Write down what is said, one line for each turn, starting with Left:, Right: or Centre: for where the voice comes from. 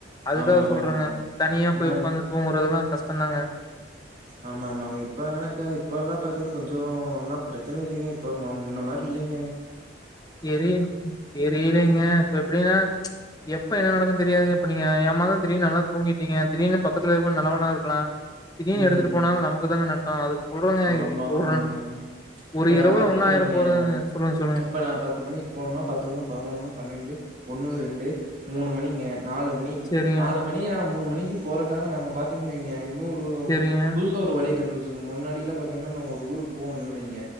Left: அதுக்காக
Right: ஆமா ஆமாங்க
Left: சொல்றாங்க தனியா
Right: ஆனா
Left: போய் உக்காந்து தூங்கறதுலாம் கஷ்டம் தாங்க
Right: ஆமா ஆமாங்க இப்ப எனக்கு இப்ப எல்லா பாத்தீங்கன்னா கொஞ்சோ எல்லா பிரச்சன இல்லிங்க இப்ப முன்ன மாரி இல்லிங்க
Left: தெரி தெரியலிங்க இப்ப எப்டின்னா எப்ப என்ன நடக்கும்னு தெரியாதுங்க இப்ப நீங்க ஏமாந்து திடீர்னு நல்லா தூங்கிட்டீங்க திடீர்னு பக்கத்துல இருக்குறவன் நல்லவனா இருக்கலா திடீர்னு
Right: ம்
Left: எடுத்துட்டு போனாலு
Right: ம்
Left: நமக்கு தா நட் ஆஹ் அது சொல்றங்க
Right: ஆமா ஆமாங்க
Left: ஒரு
Right: இப்ப
Left: இரவுல
Right: நான் பாத்தீங்கன்னு
Left: ஒண்ணாயிர
Right: வைங்க
Left: போறதுல சொல்லுங்க சொல்லுங்க
Right: இப்ப நான் பத்து மணிக்கு போணோன்னா பத்துலிருந்து பதினொன்னு பன்னெண்டு ஒன்னு ரெண்டு மூணு மணிங்க நாலு மணி
Left: செரிங்க
Right: நாலு மணி நா மூணு மணிக்கு போறக்காக நாங்க பாத்தீங்கன்னா வைங்க இன்னொரு இன்னோரு
Left: செரிங்க
Right: புதுசா ஒரு வழிய கண்டு புடிச்சு முன்னாடி அப்டிலா பாத்தீங்கன்னா நாங்க ஒரு ஊருக்கு போகுனுன்னா வைங்க